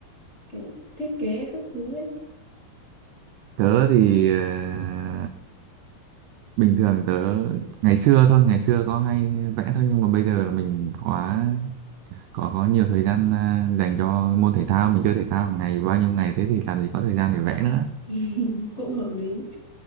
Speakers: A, on the left (about 35°); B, on the right (about 85°).
A: kiểu thiết kế các thứ ấy
B: tớ thì ờ, bình thường tớ ngày xưa thôi ngày xưa có hay vẽ thôi nhưng mà bây giờ là mình có có có nhiều thời gian ờ, dành cho môn thể thao mình chơi thể thao ngày bao nhiêu ngày thế thì làm gì có thời gian để vẽ nữa
A: <laughs> cũng hợp lý